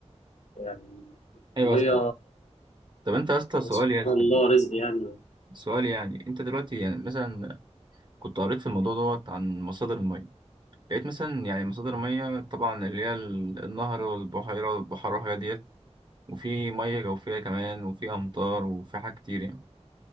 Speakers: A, on the left; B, on the right.
A: يعني
B: ايوه
A: الميه
B: يا اسطى طب انت يا اسطى سؤال
A: سبحان
B: يا اسطى
A: الله رزق يعني
B: سؤال يعني انت دلوقتي يعني مثلا كنت قريت في الموضوع دوت عن مصادر المية لقيت مثلا يعني مصادر المية طبعا اللي هي ال- النهر والبحيرة والبحر والحاجات ديت وفي مية جوفية كمان وفي أمطار وفي حاجات كتير يعني